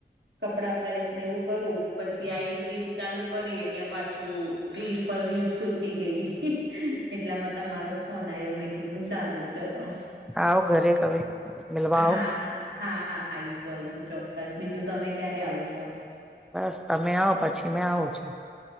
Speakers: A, on the right; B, in the centre.
A: કપડા પ્રેસ ને એવું કરું પછી આ એક રીલ્સ ચાલુ કરી એટલે પાછું રીલ્સ પર રીલ્સ જો ગઈ એટલામાં તમારો ફોન આવ્યો મેં કીધું ચાલુ ચલો
B: આવો ઘરે હવે મિલવા
A: હા
B: આવો
A: હા હા હા આઈશું આઈશું ચોક્કસ બીજું તમે ક્યારે આવ છો
B: બસ તમે આવો પછી મેં આવુ છુ.